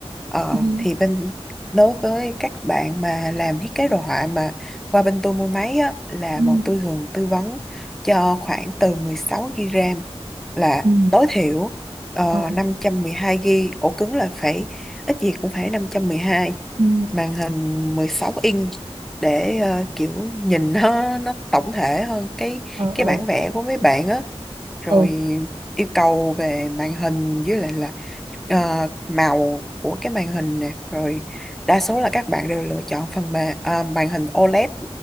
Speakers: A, in the centre; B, on the right (about 45°).
A: Ờ,
B: ừ
A: thì bên đối với các bạn mà làm thiết kế đồ họa mà qua bên tôi mua máy á, là
B: ừ
A: bọn tôi thường tư vấn cho khoảng từ 16GB RAM là
B: ừ
A: tối thiểu ờ,
B: ờ
A: 512GB, ổ cứng là phải ít gì cũng phải 512,
B: ừ
A: màn hình 16 inch để ờ, kiểu nhìn nó nó tổng thể hơn cái
B: ờ
A: cái
B: ờ
A: bản vẽ của mấy bạn á rồi
B: ờ
A: yêu cầu về màn hình với lại là ờ, màu của cái màn hình nè rồi đa số là các bạn đều lựa chọn phần mềm à, màn hình OLED